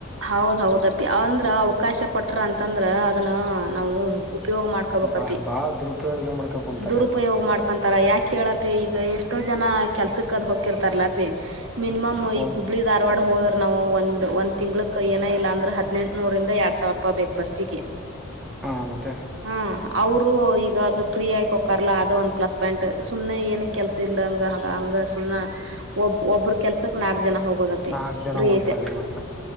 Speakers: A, on the right; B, in the centre.
A: ಹೌದ ಹೌದಪ್ಪಿ ಅವಂದ್ರ ಅವಕಾಶ ಕೊಟ್ರ ಅಂತಂದ್ರ ಅದನ್ನ ನಾವು ಉಪಯೋಗ ಮಾಡ್ಕೋಬೇಕಪಿ
B: ಬಾ ಬಾಳ ದುರುಪಯೋಗ ಮಾಡ್ಕೊಂಡ್ ಕುಂತಾರಿ
A: ದುರುಪಯೋಗ
B: ಅದ
A: ಮಾಡ್ಕೊಂತರ ಯಾಕೆ ಕೇಳಪಿ ಈಗ ಎಷ್ಟೋ ಜನ ಕೆಲ್ಸಕ್ ಅದ್ ಹಕಿರ್ತಾರಲಪಿ ಮಿನಿಮಮ್ ಈಗ
B: ಒಬ್
A: ಹುಬ್ಬಳಿ ಧಾರವಾಡ ಹೋದ್ರ ನಾವು ಒಂದ್ ಒಂದ ಕ ಏನ ಇಲ್ಲ ಅಂದ್ರೆ ಹದಿನೆಂಟುನೂರಿಂದ ಎರಡ್ ಸಾವಿರ ರೂಪಾಯಿ ಬೇಕ ಬಸ್ಸಿಗೆ
B: ಹ ಮತ್ತೆ
A: ಹಾ ಅವರು ಈಗ ಅದು ಪ್ರಿಯ ಇಕ್ ಹಕಾರ್ಲ್ಲ ಅದ ಒನ್ ಪ್ಲಸ್ ಪಾಯಿಂಟ್ ಸುಮನೆ ಏನ ಕೆಲ್ಸ ಇಲ್ದಂಗ ಹಂಗ ಸುಮ್ ಒಬ್ ಒಬ್ಬ್ರ ಕೆಲ್ಸಕ್ ನಾಲ್ಕ್ ಜನ ಹೋಗೋದಪ್ಪಿ
B: ನಾಕ್ ಜನ
A: ಫ್ರೀ
B: ಓದ್ತಾರೀ
A: ಐತೆ
B: ಮತ್ತ